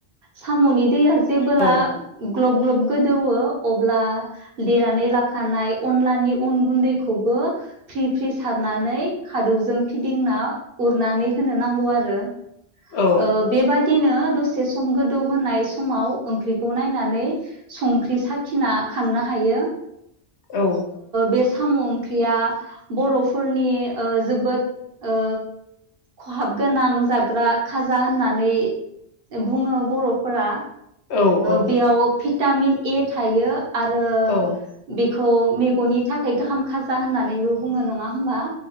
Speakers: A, on the right (about 60°); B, on the left (about 80°).
A: साम'नि दैया जेबोला
B: औ
A: ग्लब ग्लब गोदौओ अब्ला देनानै लाखानाय अनलानि अन गुन्दैखौबो फ्रि फ्रि सारनानै खादौजों फिदिंना उरनानै होनो नांगौ आरो ओ
B: औ
A: बेबादिनो दसे सम गोदौ होनाय समाव ओंख्रिखौ नायनानै संख्रि साखिना खांनो हायो
B: औ
A: बे साम' ओंख्रिया बर'फोरनि ओ जोबोद ओ खहाब गोनां जाग्रा खाजा होननानै बुङो बर'फोरा
B: औ औ
A: बेयाव भिटामिन ए थायो आरो
B: औ
A: बेखौ मेगननि थाखाय गाहाम खाजा होननानैबो बुङो नङा होमबा